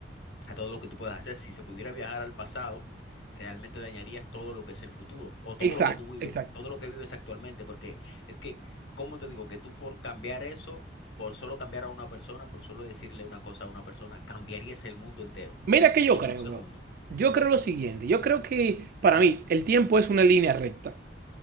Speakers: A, on the left (about 80°); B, on the right (about 50°).
A: a todo lo que tú puedas hacer. Si se pudiera viajar al pasado, realmente dañarías todo lo que es el futuro o todo
B: exacto,
A: lo que tú vives,
B: exacto.
A: todo lo que vives actualmente, porque es que, ¿cómo te digo? Que tú por cambiar eso, por solo cambiar a una persona, por solo decirle una cosa a una persona, cambiarías el mundo entero
B: Mira que yo
A: en
B: creo,
A: un segundo.
B: bro. Yo creo lo siguiente. Yo creo que para mí el tiempo es una línea recta.